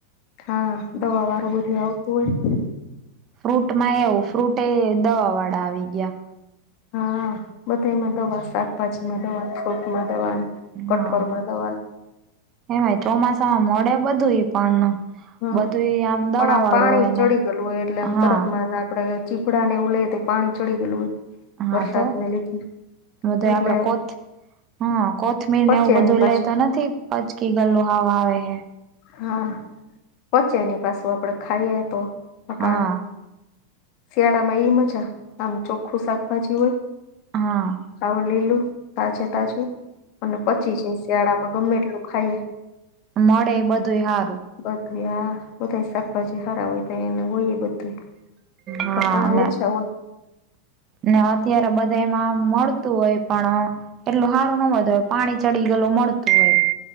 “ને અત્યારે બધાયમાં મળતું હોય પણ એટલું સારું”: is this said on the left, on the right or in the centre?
Right